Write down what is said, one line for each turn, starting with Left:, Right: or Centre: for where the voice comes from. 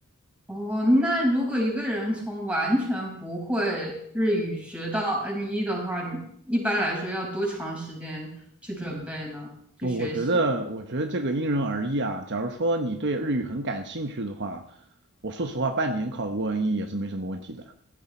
Centre: 哦，那如果一个人从完全不会日语学到 N 一的话，你一般来说要多长时间去准备呢？去学习？
Right: 我觉得，我觉得这个因人而异啊。假如说你对日语很感兴趣的话，我说实话，半年考过 N1 也是没什么问题的。